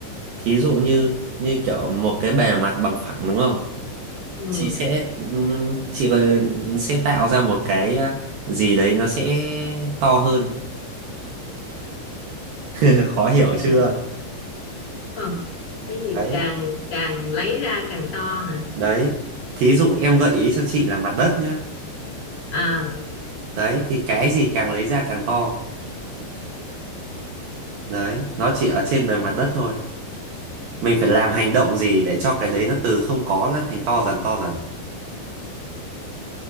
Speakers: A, on the right; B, on the left.
A: thí dụ như như kiểu một cái bề mặt bằng phẳng đúng không
B: ừ,
A: chị sẽ ừm, chị gọi là sẽ tạo ra một cái à, gì đấy nó sẽ to hơn <laughs> khó hiểu
B: càng
A: chưa
B: Ờ, cái gì
A: đấy
B: càng càng lấy ra càng to hả?
A: đấy thí dụ em gợi ý cho chị là mặt đất nhá
B: À,
A: đấy thì cái gì càng lấy ra càng to đấy nó chỉ ở trên bề mặt đất thôi mình phải làm hành động gì để cho cái đấy nó từ không có nó thành to dần to dần